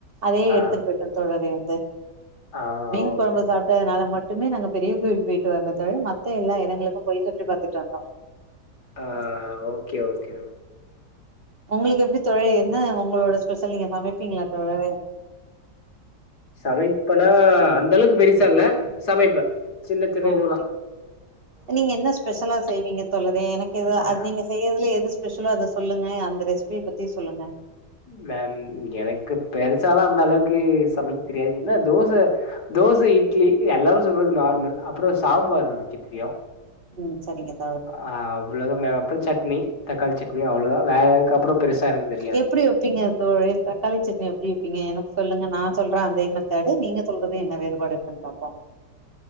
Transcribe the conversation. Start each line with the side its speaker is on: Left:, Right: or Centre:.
Right: அதே
Left: ஆ
Right: எடுத்துட்டு போய்ட் தோழரே அந்த
Left: ஆ
Right: மீன்
Left: ஓகே
Right: கொழம்பு சாப்ட்டதுனால மட்டு எப்பவுமே நாங்க பெரிய கோயில் போயிட்டு வரதோட மத்த எல்லா யெடங்களுக்கு போய் சுத்தி பாத்துட்டு வந்தோ
Left: ஆ ஓக்கே ஓக்கே ஓ
Right: உங்களுக்கு எப்டி தோழரே என்ன உங்களோட ஸ்பெஷல் நீங்க சமைப்பீங்களா தோழரே
Left: சமைப்பனா அந்தளவுக்கு பெருசா இல்ல சமைப்ப சின்ன சின்ன
Right: ஓகே
Left: இதுல்லா
Right: நீங்க என்ன ஸ்பெஷலா செய்வீங்க தோழரே எனக்கு எதா
Left: ஆ
Right: அது நீங்க செய்யறதுல எது ஸ்பெஷலோ அத சொல்லுங்க அந்த ரெசிபிய பத்தி சொல்லுங்க
Left: மெம் எனக்கு பெருசாலா அந்த அளவுக்கு சமைக்க தெரியாது என்ன தோச தோச இட்லி எல்லாரு சொல்றது நார்மல் அப்றோ சாம்பார் வெக்க தெரியு
Right: ம் சரிங்கத்
Left: ஆ அவ்வளவுதா மே அப்றோ சட்னி தக்காளிசட்னி அவ்வளவுதா வேற எதுக்கு அப்றோ பெருசா எனக்குது
Right: எப்டி வெப்பீங்க தோழரே தக்காளி சட்னி எப்டி வெப்பீங்க எனக்கு சொல்லுங்க நா சொல்ற அதே மெத்தேடு நீங்க சொல்றது என்ன வேறுபாடு இருக்குன்னு பாப்போ